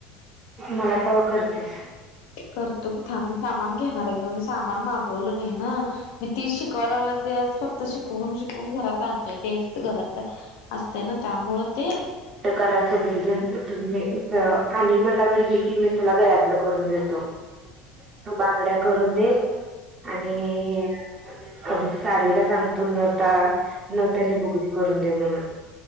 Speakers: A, on the right; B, on the left.
A: मला क करतेस
B: करतो की थांबी सामान घेणार आहे ग मी सामान मागवलं नाही ना मी ती शिकवाय लागला ते आज फक्त शिकवून शिकवून घरात आण तेच घरात असते ना त्यामुळे ते
A: करा सगळेजण उठ आणि मला म्हटले की मी त्याला गयातलं करून देतो तू बांगड्या करून दे आणि सारीला सांगतो न त्या न त्यानी बुगडी करून दे म्हणून